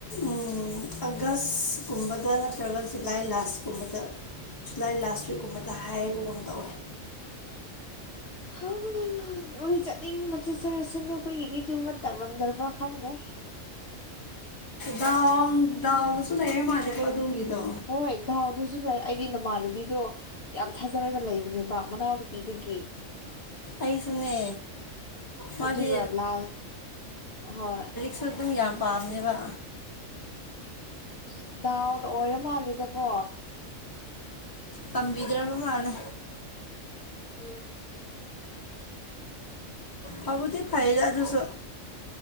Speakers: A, on the left (about 15°); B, on the left (about 55°).
A: ꯎꯝ ꯑꯒꯁ ꯀꯨꯝꯕꯗ ꯅꯠꯇꯔ꯭ꯒ ꯖꯨꯂꯥꯏ ꯂꯥꯁ ꯀꯨꯝꯕꯗ ꯖꯨꯂꯥꯏ ꯂꯥꯁ ꯋꯤꯛ ꯀꯨꯝꯕꯗ ꯍꯥꯏꯕꯒꯨꯝ
B: ꯑꯣ
A: ꯇꯧꯋꯦ
B: <unintelligible> ꯅꯣꯏ ꯆꯠꯅꯤꯡꯕ ꯆꯠꯆꯔꯁꯅꯣ ꯑꯩꯈꯣꯏꯒꯤꯗꯤ ꯑꯗꯨꯃꯠꯇ ꯉꯝꯗ꯭ꯔꯕ꯭ꯔ ꯈꯪꯗꯦ
A: ꯗꯥꯎꯟ ꯗꯥꯎꯗꯁꯨ ꯂꯩꯔ ꯃꯥꯜꯂꯦꯀꯣ ꯑꯗꯨꯒꯤꯗꯣ
B: ꯍꯣꯏ ꯗꯥꯎꯗꯁꯨ ꯂꯩ ꯑꯩꯗꯤ ꯅꯃꯥꯟꯅꯕꯤꯗꯣ ꯌꯥꯝ ꯊꯥꯖꯔꯒ ꯂꯩꯕꯅꯦꯕ ꯃꯅꯥꯎꯅꯨꯄꯤꯗꯒꯤ
A: ꯑꯩꯁꯨꯅꯦ ꯃꯥꯗꯤ
B: ꯑꯗꯨꯒ ꯂꯥꯜ ꯍꯣꯏ
A: ꯁꯨ ꯗꯨꯝ ꯌꯥꯝ ꯄꯥꯕꯅꯦꯕ
B: ꯑꯁ ꯗꯥꯎꯅ ꯑꯣꯏꯔ ꯃꯥꯜꯂꯤꯗꯀꯣ
A: ꯄꯝꯕꯤꯗ꯭ꯔꯕ ꯃꯥꯜꯂꯦ
B: ꯇꯥꯏꯌꯦ
A: ꯐꯕꯨꯗꯤ ꯐꯩꯗ ꯑꯗꯨꯁꯨ